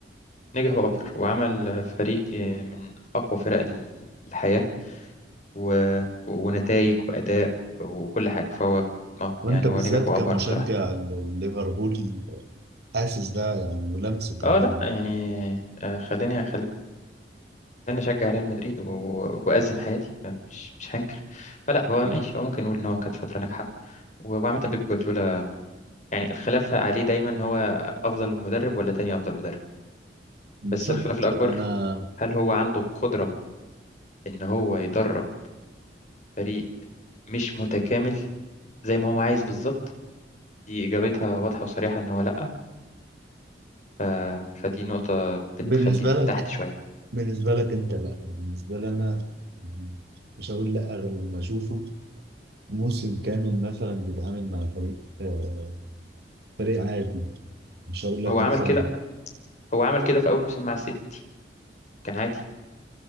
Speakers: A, on the left (about 45°); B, on the right (about 65°).
A: نجح وأبهر وعمل آه، فريق آه، من أقوى فرق ال- الحياة و... ونتائج وأداء وكل حاجة فهو اه
B: وأنت
A: يعني هو
B: بالذات
A: نجح وأبهر
B: كمشجع
A: بصراحة
B: ليفربول حاسس ده يعني ولمسه كمان
A: اه لا
B: يعني.
A: يعني آه خليني خليني انا اشجع ريال مدريد و... وازم حياتي مش مش هنكر فلا هو
B: بالظبط
A: ماشي هو ممكن نقول ان هو كانت فتره ناجحه و- وعامه بيب جوارديولا يعني الخلاف عليه دايما ان هو افضل مدرب ولا تاني افضل مدرب
B: بالظبط.
A: بس الخلاف الاكبر
B: وأنا
A: هل هو عنده القدره ان هو يدرب فريق مش متكامل زي ما هو عايز بالظبط دي اجابتها واضحه وصريحه ان هو لا ف... فدي نقطه بتخليه
B: بالنسبة لك
A: تحت شويه
B: بالنسبة لك أنت لأ بالنسبة لي أنا يعني مش هقول لأ غير لما أشوفه موسم كامل مثلا بيتعامل مع فريق آه، فريق عادي مش هقول لك
A: هو عمل
B: مثلا
A: كده هو عمل كده في اول موسم مع السيتي كان عادي